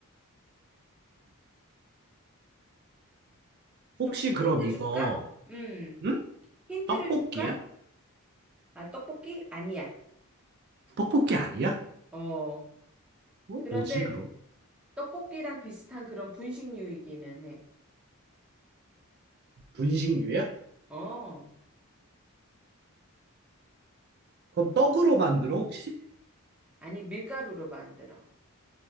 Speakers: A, on the right; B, in the centre.
A: 혹시
B: 좀 힌트
A: 그럼 이거
B: 줄까? 음.
A: 응?
B: 힌트를
A: 떡볶이야?
B: 줄까? 아, 떡볶이? 아니야.
A: 떡볶이 아니야?
B: 어.
A: 어,
B: 그런데
A: 뭐지 그럼?
B: 떡볶이랑 비슷한 그런 분식류이기는 해.
A: 분식류야?
B: 어.
A: 그럼 떡으로 만들어 혹시?
B: 아니, 밀가루로 만들어.